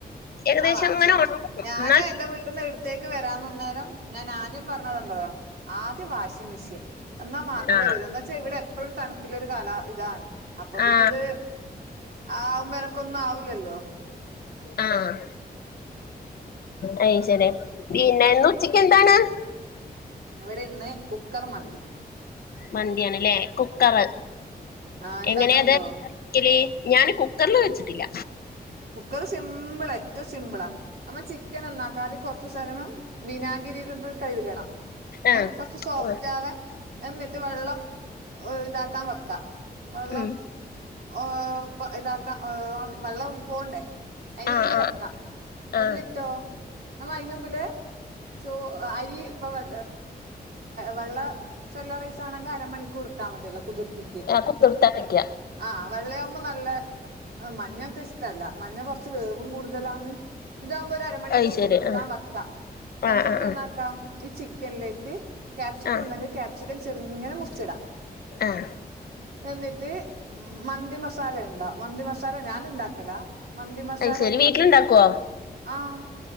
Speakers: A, on the left (about 65°); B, on the right (about 75°).
A: ഏകദേശം
B: ആ വാഷിങ്
A: അങ്ങനെ ഉണങ്ങും
B: ഞാന്
A: എന്നാൽ
B: എന്റെ വീട്ടിന്ന് ഇട്ത്തേക്ക് വരാന്ന്ന്നേരം ഞാൻ ആ പറഞ്ഞത് ന്താറിയോ ആദ്യം വാഷിംഗ് മെഷീൻ എന്നാൽ മാത്രെ
A: ആ
B: വേരൂ. ചാ ഇവടെ എപ്പോഴും തണുപ്പുള്ള ഒരു കാല ഇതാണ്. അപ്പൊ പിന്നെ
A: ആ
B: ഇത് ആ ആവുമ്പോ എനക്കൊന്നും ആവില്ലല്ലോ.
A: ആഹ് അയ് ശരി. പിന്നെ ന്ന് ഉച്ചക്ക് എന്താണ്?
B: അവിടെ ഇന്ന് കുക്കർ മന്തി.
A: മന്തിയണല്ലേ. കുക്കർ
B: ആ ഇണ്ടാക്കലുണ്ടോ
A: എങ്ങനെയാ അത് ക്കല് ഞാന് കുക്കറില് വെച്ചിട്ടില്ല.
B: കുക്കർ സിമ്പിള് ഏറ്റവും സിമ്പിളാ. നമ്മ ചിക്കൻ ന്നാക്കാത കൊറച്ചു സ വിനാഗിരിലിത് കഴുകണം.
A: ആഹ്
B: ഏഹ് കൊറച്ച് സോഫ്റ്റ്
A: ആഹ്
B: ആവാൻ. എന്നിട്ട് വെള്ളം ഇതാക്കാൻ വെക്ക വെള്ളം.
A: ഉം
B: ഓഹ് ഇതാക്കാം ഓഹ് വെള്ളം പോണ്ടേ അയിന്
A: ആഹ്
B: വേണ്ടി
A: ആഹ്
B: വെക്കാം. എന്നിട്ടോ
A: ആഹ്
B: നമ്മ അയിന് മുമ്പില് ചോ അരി ഇപ്പൊ വെ വെള്ള സല്ല റൈസാണെങ്ക അരമണിക്കൂർ ഇട്ടാ മതിയല്ലോ കുതിർത്തി
A: ഞാൻ കുതിർത്താ വെയ്ക്യ.
B: ആഹ് വെള്ളയാവുമ്പോൾ നല്ല മഞ്ഞക്ക് ഇഷ്ട്ടല്ല മഞ്ഞ കുറച്ച് വേവും കൂടുതലന്ന് ഇതാവുംമ്പോ ഒരു അരമണിക്കൂർ
A: അയ് ശരി
B: കുതിർത്താൻ
A: ആഹ്
B: വെക്കാം. എന്നിട്ടന്നാക്കാം
A: ആഹ് ആഹ് ആഹ്
B: ഈ ചിക്കനിലേക്ക് ക്യാപ്സിക്കം
A: ആഹ്
B: ഉണ്ടെങ്കി ക്യാപ്സിക്കൻ ചെറിങ്ങനെ മുറിച്ടാം
A: ആഹ്
B: എന്നിട്ട് മം മന്തി മസാലണ്ടോ? മന്തി മസാല ഞാന് ഇണ്ടാക്കലാ മന്തി മസാലയിലേക്ക്.
A: അയ് ശരി വീട്ടിലുണ്ടാക്കുവോ?
B: ആഹ്